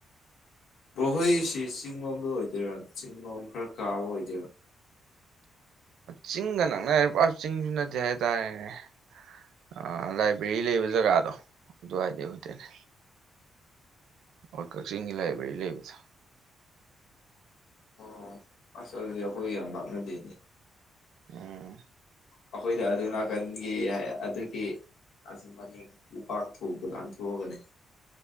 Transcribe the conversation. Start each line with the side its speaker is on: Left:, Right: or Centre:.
Left: ꯕꯍꯣꯏꯁꯤ ꯆꯤꯡꯂꯣꯝꯗ ꯑꯣꯏꯗꯣꯏꯔ ꯆꯤꯡꯂꯣꯝ ꯈꯔ ꯀꯥꯕ ꯑꯣꯏꯗꯣꯏꯔ
Right: ꯆꯤꯡꯒ ꯅꯛꯅꯔꯤꯕꯦ ꯄꯨ꯭ꯔꯥ ꯆꯤꯡꯁꯨ ꯅꯠꯇꯦ ꯍꯥꯏꯇꯥꯔꯦꯅꯦ꯫ ꯑ ꯂꯥꯏꯕ꯭ꯔꯦꯔꯤ ꯂꯩꯕ ꯖꯒꯥꯗꯣ ꯑꯗꯨꯋꯥꯗꯤꯩ ꯑꯣꯏꯗꯅꯦ꯫ ꯍꯣꯏ ꯀꯛꯆꯤꯡꯒꯤ ꯂꯥꯏꯕ꯭ꯔꯦꯔꯤ ꯂꯩꯕꯗꯣ꯫
Left: ꯑꯣ ꯑꯁ ꯑꯗꯨꯗꯤ ꯑꯩꯈꯣꯏꯒ ꯌꯥꯝ ꯂꯥꯞꯅꯗꯦꯅꯦ꯫
Right: ꯎꯝ
Left: ꯑꯩꯈꯣꯏꯗ ꯑꯗꯨ ꯅꯥꯀꯟꯒꯤ ꯑꯗꯨꯒꯤ ꯑꯁꯨꯝꯕꯅꯦ ꯎꯄꯥꯛ ꯊꯣꯡꯗꯣ ꯂꯥꯟꯊꯣꯛꯑꯒꯅꯦ꯫